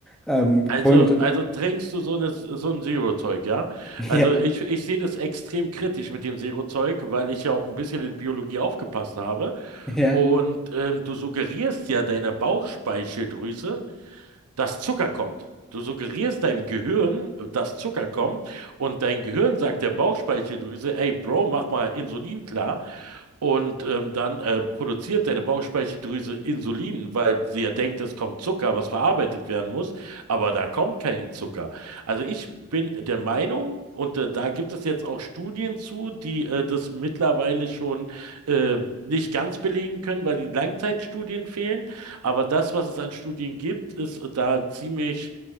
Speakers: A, in the centre; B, on the right (about 90°).
A: ähm,
B: Also,
A: Kohlenhydrate.
B: also
A: <laughs>
B: trinkst du so eine, so ein Zero-Zeug, ja?
A: Ja,
B: Also ich, ich sehe das extrem kritisch mit dem Zero-Zeug, weil ich ja auch ein bisschen in Biologie aufgepasst habe.
A: ja.
B: Und ähm, du suggerierst ja deiner Bauchspeicheldrüse, dass Zucker kommt. Du suggerierst deinem Gehirn, dass Zucker kommt und dein Gehirn sagt der Bauchspeicheldrüse, ey Bro, mach mal Insulin klar. Und ähm, dann äh, produziert deine Bauchspeicheldrüse Insulin, weil sie ja denkt, es kommt Zucker, was verarbeitet werden muss, aber da kommt kein Zucker. Also ich bin der Meinung, und äh, da gibt es jetzt auch Studien zu, die äh, das mittlerweile schon äh, nicht ganz belegen können, weil die Langzeitstudien fehlen. Aber das, was es an Studien gibt, ist äh, da ziemlich